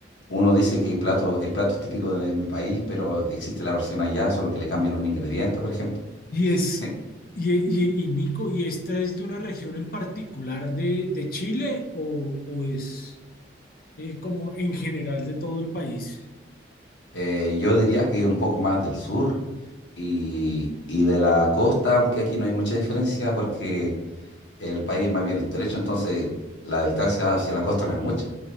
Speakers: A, on the left; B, on the left.
A: uno dice que el plato, el plato es típico de mi país, pero existe la versión allá, solo que le cambian un ingrediente, por ejemplo.
B: Y es,
A: <laughs>
B: y, y, y Nico, ¿y esta es de una región en particular de, de Chile o, o es eh, como en general de todo el país?
A: Eh, yo diría que un poco más del sur y, y de la costa, aunque aquí no hay mucha diferencia porque El país es más bien estrecho, entonces la distancia hacia la costa no es mucha.